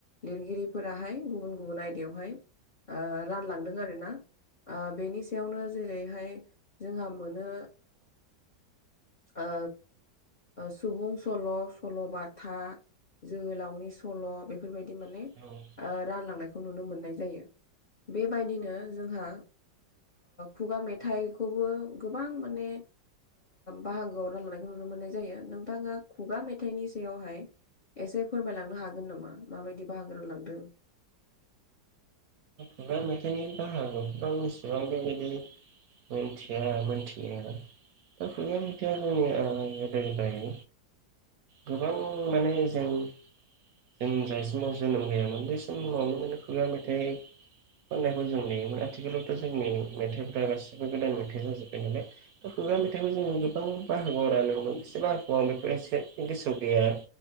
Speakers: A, on the left (about 55°); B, on the right (about 70°).
A: लिरगिरिफोराहाय गुबुन गुबुन आयदायावहाय रानलांदों आरोना। बेनि सायावनो जेरैहाय जोंहा मोनो ओ सुबुं सल', सल'बाथा, जोहोलावनि सल' बे बेफोरबायदि माने
B: खुगा
A: रानलांनायखौ नुनो मोननाय जायो। बेबायदिनो जोंहा खुगा मेथाइखौबो गोबां माने बाहागोआव रानलायनायखौ नुनो मोननाय जायो। नोंथाङा खुगा मेथाइनि सायावहाय एसे फोरमायलांनो हागोन नामा माबायदि बाहागो रानलांदों?
B: खुगा मेथाइनि बाहागो गोबां एसेबां बेबायदि <unintelligible> मिनथिया मिनथिनायालाय दा खुगा थुनलाइया जोंनिया गोदोनिफ्राय <inaudible> गोबां माने जों जों जाय समाव जोनोम गैयामोन बै समावनो माने खुगा मेथाइ खननायखौ जों नुयोमोन आथिखालावथ' जोंनि मेथाइफ्रा गासिबो गोदान मेथाइ जाजोब्बाय नालाय दा खुगा मेथाइखौ जोङो गोबां बाहागोआव रानोमोन बेसेबा बाहागोआव आं बेफोर एसे गोसोआव गैया